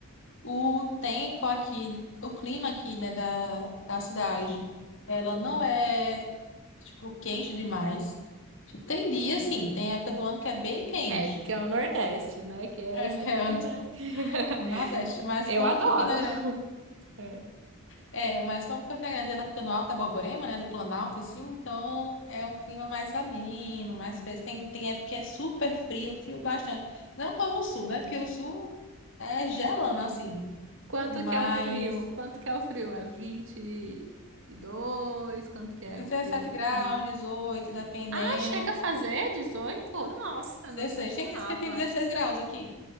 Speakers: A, on the left (about 55°); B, on the right (about 60°).
A: O tempo aqui, o clima aqui, né, da, da cidade, ela não
B: Hum.
A: é, tipo, quente demais. Tipo, tem dia,
B: Ah,
A: sim, tem época do ano que é bem quente.
B: É, porque é o Nordeste, né? Que é
A: <laughs>
B: sempre,
A: É, é
B: né? <laughs>
A: o Nordeste, mas
B: Eu
A: como
B: adoro.
A: Campina Grande
B: É.
A: É, mas como Campina Grande ela fica no Alto da Borborema, né, do Planalto, assim, então é um clima mais ameno, mais fresco. Tem, tem época que é super frio, frio bastante. Não como o Sul, né, porque o Sul é gelando,
B: Hum.
A: assim,
B: Quanto
A: mas
B: que é o frio? Quanto que é o frio? É vinte e dois? Quanto que é
A: 17
B: o frio?
A: graus,
B: Min-
A: 18, dependendo,
B: Ah, chega a fazer 18? Nossa,
A: 16.
B: eu não imaginava.
A: Tem dias que tem 16 graus aqui,